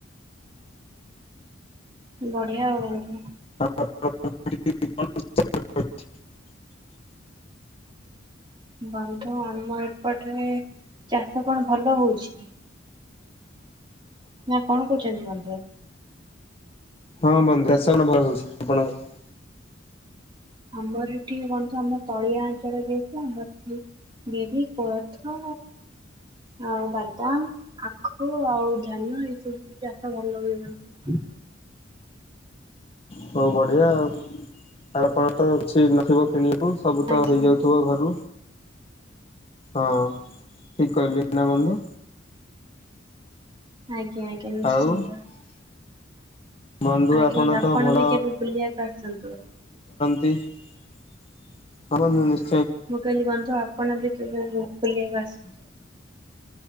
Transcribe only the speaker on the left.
ଆ
ହଁ ବନ୍ଦୁ ଆସ କଣ ଭଲ ହଉଛି ଆପଣଙ୍କ
ହଉ ବଢିଆ ଆଉ ଆଉ ଆପଣ ତ କିଛି ନଥିବ କିଣି ହଁ ସବୁ ତ
ହେଇଯାଉଥିବ ଘରୁ ହଁ ଠିକ କହିଲି ନା ବନ୍ଧୁ
ଆଉ ବନ୍ଧୁ
ତ
ଭଲ
ହ ନିଶ